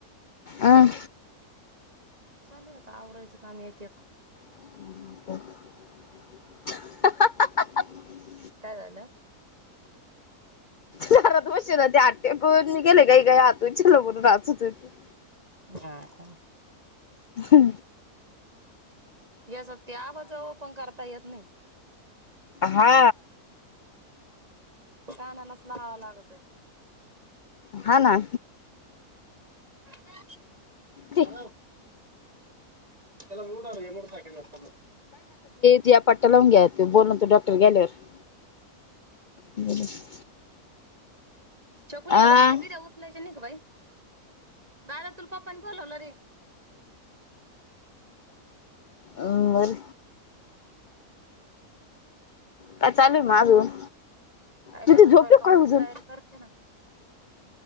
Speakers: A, on the left; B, on the right.
A: अं
B: चालूये आता आवरायचं काम एक एक
A: <inaudible>
B: काय झाल.
A: घरात बसेले होते आत ते पळून गेले घाई घाई आतून <unintelligible> बघून हाचत होते.
B: हा का?
A: <inaudible>
B: याचं त्याग जवळ पण कर काय यत नाही.
A: हा
B: कानालाच लावाला लागतोय.
A: हा ना
B: आता
A: ते
B: हॅलो त्याला रूट आल हे बघ <unintelligible>
A: त्या पट्टया लावून घ्या त्यो बोलतो डॉक्टर गेल्यावर <unintelligible>
B: छकुली
A: आ
B: गाद्या बिद्या उचलायच्या नाय का बाई. दादा तुला पप्पांनी बोलावले रे.
A: अ बर काय चालू ये मग अजून
B: काय नाही
A: तिथे
B: आता स्वयंपाकाची
A: झोपलो काय अजून
B: तयारी करते ना